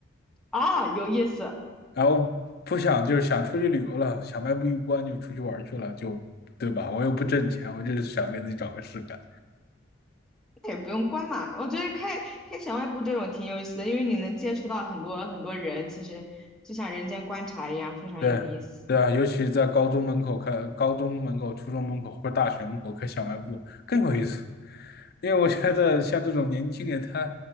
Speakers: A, in the centre; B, on the left.
A: 啊，有意思，
B: 然后不想就是想出去旅游了，小卖部一关就出去玩去了，就对吧？我又不挣钱，我就是想给自己找个事干。
A: 那也不用关嘛。我觉得开开小卖部这种挺有意思的，因为你能接触到很多很多人，其实就像人间观察一样，非常有意思。
B: 对对啊，尤其在高中门口开、高中门口、初中门口或者大学门口开小卖部更有意思，因为我觉得像这种年轻人他，